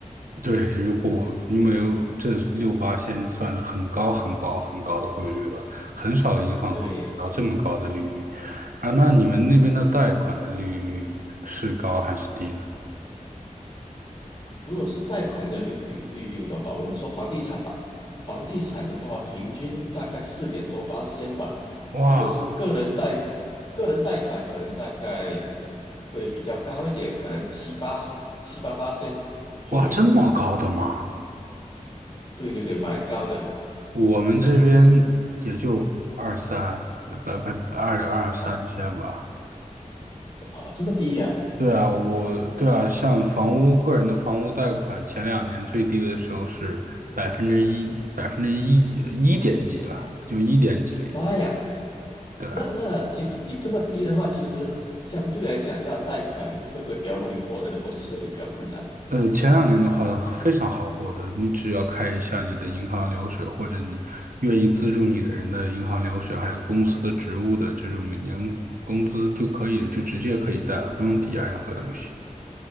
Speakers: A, on the right (about 85°); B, on the left (about 40°).
A: 对，如果因为这六八现在算是很高很高很高的汇率了，很少银行会给到这么高的利率
B: 对。
A: 啊。那你们那边的贷款的利率是高还是低呢？
B: 如果是贷款的利率利率的话，我们说房地产吧，房地产的话，平均大概四点多八仙吧。
A: 哇
B: 如果是个人贷，个人贷款可能大概会比较高一点，可能七八七八八千左右。
A: 哇，这么高的吗？
B: 对对对，蛮高的。
A: 我们这边也就二三，百百二二三线吧。
B: 哇，这哦这么低呀、
A: 对啊，我对啊，像房屋个人的房屋贷款，前两年最低的时候是百分之一，百分之一一点几了，就一点几了已经。
B: 妈呀！
A: 对啊，
B: 那那其实你这么低的话，其实相对来讲，那贷款会不会比较容易获得，或者是会比较困难？
A: 呃，前两年的话非常好获得，你只要开一下你的银行流水，或者你愿意资助你的人的银行流水，还有公司的职务的这种每年工资就可以，就直接可以贷了，不用抵押任何东西。